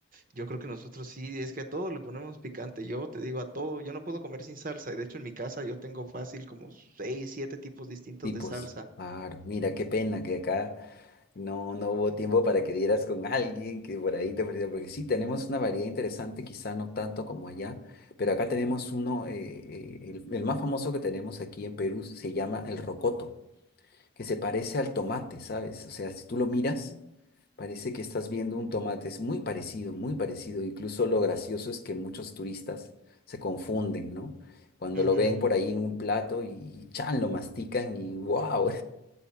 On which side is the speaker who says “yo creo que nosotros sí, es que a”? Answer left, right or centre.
Right